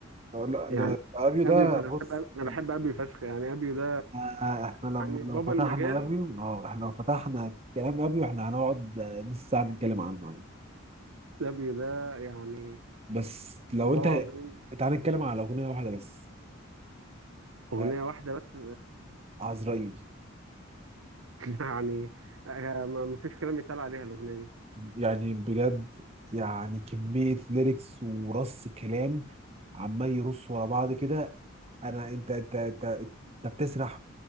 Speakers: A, on the right; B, on the right.
A: آه، لا ده
B: يعني
A: ابيو ده
B: ابيو بقى- انا
A: بص
B: بحب أب- انا
A: يعني
B: بحب ابيو فشخ يعني ابيو ده
A: آه، احنا لما
B: يعني بابا
A: لو فتحنا
B: المجال
A: ابيو اه احنا لو فتحنا كلام ابيو احنا هنقعد آه، نص ساعة نتكلم عنه عادي
B: ابيو ده يعني
A: بس لو
B: والله
A: انت
B: العظيم
A: تعال نتكلم على اغنية واحدة بس
B: اغنية
A: آه،
B: واحدة بس
A: عزرائيل
B: يعني آه، ما ما فيش كلام يتقال عليها الأغنية دي
A: يعني بجد يعني كمية ليركس ورص كلام عمال يرص ورا بعض كده انا انت انت انت انت بتسرح